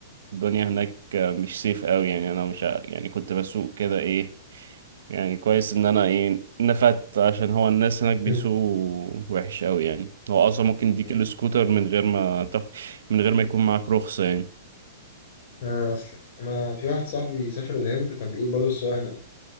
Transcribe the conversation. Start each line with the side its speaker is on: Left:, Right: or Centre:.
Right: الدنيا هناك آه، مش سيف قوي يعني انا مش ع- يعني كنت بسوق كده ايه يعني كويس ان انا ايه نفدت عشان هو الناس هناك بيسوقوا
Left: مم.
Right: وحش قوي يعني هو اصلا ممكن يديك
Left: مم.
Right: السكوتر من غير ما تاخد من غير ما يكون معاك رخصة يعني
Left: آه أصلا أنا في واحد صاحبي سافر الهند كان بيقول برضه السواقة هناك